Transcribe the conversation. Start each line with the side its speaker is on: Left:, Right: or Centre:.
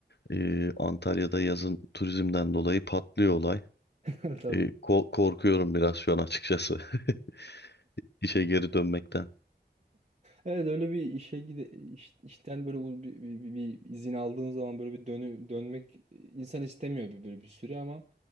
Left: Eee, Antalya'da yazın turizmden dolayı patlıyor olay.
Right: Evet
Left: Eee, ko- korkuyorum biraz şu an açıkçası <laughs> işe geri dönmekten.
Right: Evet öyle bir işe gide iş- işten böyle u- bir, bir, bir- bir izin aldığın zaman böyle bir dönü dönmek e, insan istemiyor bir böyle bir süre ama